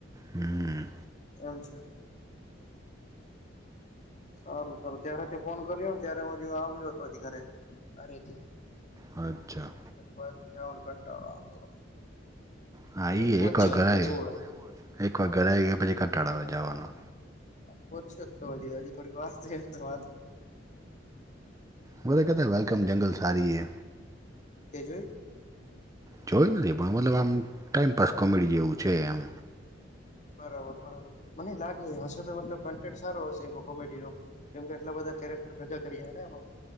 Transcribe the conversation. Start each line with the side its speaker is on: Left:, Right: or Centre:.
Right: હમ હમ.
Left: એમ છે. સારું સારું ત્યારે તે ફોન કર્યો ને ત્યારે હું જ આવ્યો હતો ઘરેથી.
Right: અરછા.
Left: પાછું જાવાનો કંટાળો આવતો
Right: હા
Left: એ તો પહચ્યો
Right: એક વાર ઘરે
Left: જ તો
Right: આવી
Left: એવું છે.
Right: એક વાર ધરે આવી ગયા પછી જવાનો.
Left: પછી તો જ થોડી વાત વા
Right: બ તો કતા વેલકમ
Left: એટલે
Right: જંગલ સારી છે.
Left: તે જોઈ.
Right: જોઈ નથી પણ મતલબ આમ ટાઈમપાસ કોમેડી જેવું છે. એમ
Left: બરાબર બરાબર મને લાગે હશે તો મતલબ કન્ટેન્ટ સારો હશે. કોડી નો કેમ કે એટલા બધા કેરેક્ટર ભેગા કરી ને એમાં